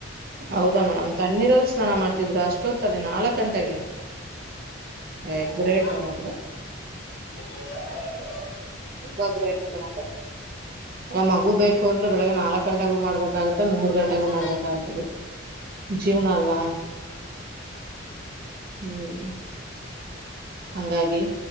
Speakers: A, on the right; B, on the left.
A: ಹೌದಾ ಮೇಡಮ್ ತಣ್ಣೀರಲ್ ಸ್ನಾನ ಮಾಡ್ತಿದ್ರು ಅಷ್ಟೊತ್ತ ತಲೆ ನಾಲ್ಕ್ ಗಂಟೆಗೆ, ಹ ಗ್ರೇಟ
B: ಮುದ್ಕೋ,
A: ಹಾಗದ್ರೆ.
B: ಇನ್ನೇನ್ ಮಾಡಕ್ ಬಾಯ್ ಐತಿ?
A: ತುಂಬಾ ಗ್ರೇಟ್ ಇದಾರೆ. ಅಲ್ಲ ಮಗು ಬೇಕು ಅಂದ್ರೆ ಬೆಳಗ್ಗೆ ನಾಲ್ಕ್ ಗಂಟಗೂ ಮಾಡ್ಬೇಕಾಗುತ್ತೆ, ಮೂರ್ ಗಂಟೆಗೂ
B: ಮುಚ್ಚು
A: ಮಾಡ್ಬೇಕಾಗುತ್ತೆ, ಜೀವನಾ ಅಲ್ವಾ ಹ್ಮ್. ಹಂಗಾಗಿ,